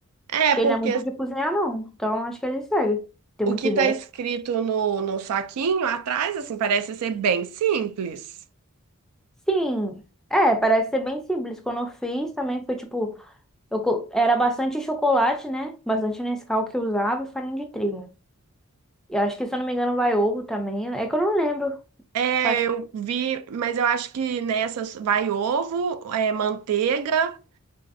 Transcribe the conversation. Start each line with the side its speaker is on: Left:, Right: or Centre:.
Right: É,
Centre: Ele
Right: porque
Centre: não é muito de cozinhar, não. Então acho que ele segue. Tem
Right: o
Centre: muita
Right: que
Centre: ideia.
Right: tá escrito no, no saquinho atrás, assim, parece ser bem simples.
Centre: Sim. É, parece ser bem simples. Quando eu fiz também foi tipo. Eu co- era bastante chocolate, né? Bastante Nescau que eu usava e farinha de trigo. E acho que, se eu não me engano, vai ovo também. É que eu não lembro.
Right: É,
Centre: Faz...
Right: eu vi, mas eu acho que nessas vai ovo, é, manteiga